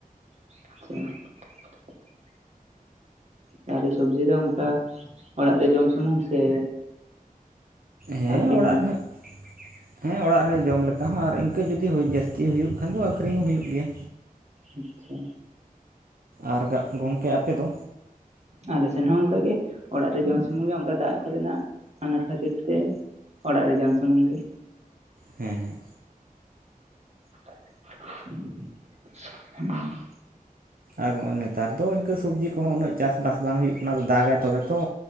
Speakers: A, on the right; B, on the right.
A: <inaudible> ᱛᱟᱦᱚᱞᱮ ᱥᱚᱵᱡᱤ ᱫᱚ ᱚᱝᱠᱟ ᱚᱲᱟᱜ ᱨᱮ ᱡᱚᱢ ᱥᱩᱢᱩᱝ ᱥᱮ
B: ᱦᱮᱸ
A: ᱟᱠᱷᱨᱤᱧ
B: ᱚᱲᱟᱜ ᱨᱮᱦᱚᱸᱜ ᱦᱮᱸ ᱚᱲᱟᱜ ᱨᱮ ᱡᱚᱢ ᱞᱮᱠᱟ ᱦᱚᱸ ᱟᱨ ᱤᱱᱠᱟᱹ ᱡᱩᱫᱤ ᱦᱩ ᱡᱟᱹᱥᱛᱤ ᱦᱩᱭᱩᱜ ᱠᱷᱟᱱ ᱫᱚ ᱟᱹᱠᱷᱨᱤᱧ ᱦᱚᱸ ᱦᱩᱭᱩᱜ ᱜᱮᱭᱟ᱾
A: ᱟᱪᱪᱷᱟ
B: ᱟᱨ ᱜᱟᱜ ᱜᱝᱢᱠᱮ ᱟᱯᱮ ᱫᱚ?
A: ᱟᱞᱮ ᱥᱮᱱ ᱦᱚᱸ ᱚᱝᱠᱟ ᱜᱮ ᱚᱲᱟᱜ ᱨᱮ ᱡᱚᱢ ᱥᱩᱢᱩᱝ ᱜᱮ ᱚᱝᱠᱟ ᱫᱟᱜ ᱠᱚᱨᱮᱱᱟᱜ ᱚᱱᱟᱴ ᱠᱷᱟᱹᱛᱤᱨ ᱛᱮ ᱚᱲᱟᱜ ᱨᱮ ᱡᱚᱢ ᱥᱩᱢᱩᱝ ᱜᱮ᱾
B: ᱦᱮᱸ ᱦᱮᱸ
A: <inaudible>
B: ᱟᱨ ᱜᱚᱼᱚᱸ ᱱᱮᱛᱟᱨ ᱫᱚ ᱤᱝᱠᱟᱹ ᱥᱚᱵᱽᱡᱤ ᱠᱚᱦᱚᱸ ᱩᱱᱟᱹᱜ ᱪᱟᱥᱵᱟᱥ ᱵᱟᱝ ᱦᱩᱭᱩᱜ ᱠᱟᱱᱟ ᱫᱟᱜᱟᱭ ᱛᱚᱵᱮ ᱛᱚ᱾